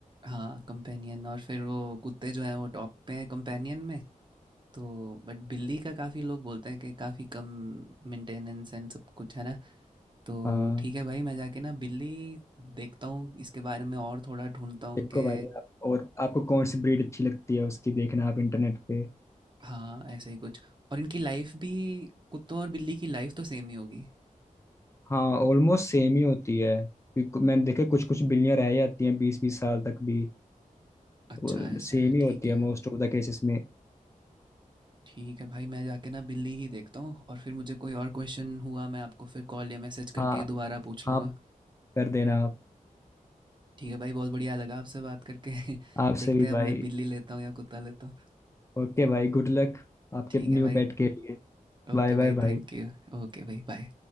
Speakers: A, on the right; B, on the left.
A: हाँ कंपेनियन और फिर वो कुत्ते जो हैं वो टॉप पे हैं कंपेनियन में तो बट बिल्ली का काफ़ी लोग बोलते हैं कि काफ़ी कम मेंटेनेंस एंड सब कुछ है ना तो
B: हाँ,
A: ठीक है भाई मैं जाके ना बिल्ली देखता हूँ इसके बारे में और थोड़ा ढूंढता हूँ
B: देखो
A: कि
B: भाई आप और आपको कौन सी ब्रीड अच्छी लगती है उसकी देखना आप इंटरनेट पे
A: हाँ ऐसे ही कुछ और इनकी लाइफ भी कुत्तों और बिल्ली की लाइफ तो सेम ही होगी
B: हाँ ऑलमोस्ट सेम ही होती है क्योंकि मैंने देखे कुछ कुछ बिल्लियां रह जाती हैं बीस बीस साल तक भी
A: अच्छा
B: तो
A: ऐसा
B: सेम
A: है
B: ही
A: ठीक
B: होती
A: है
B: है मोस्ट ऑफ द केसेस में
A: ठीक है भाई मैं जाके ना बिल्ली ही देखता हूँ और फिर मुझे कोई और क्वेश्चन हुआ मैं आपको फिर कॉल या मैसेज
B: हाँ
A: करके दोबारा पूछ लूँगा
B: आप कर देना आप
A: ठीक है भाई बहुत बढ़िया लगा आपसे बात करके <laughs>
B: आपसे
A: देखते
B: भी
A: हैं अब
B: भाई
A: मैं बिल्ली लेता हूँ या कुत्ता लेता हूँ
B: ओके भाई गुड लक आपके
A: ठीक है
B: न्यू
A: भाई
B: पेट के लिए
A: ओके
B: बाय बाय
A: भाई
B: भाई
A: थैंक यू ओके भाई बाय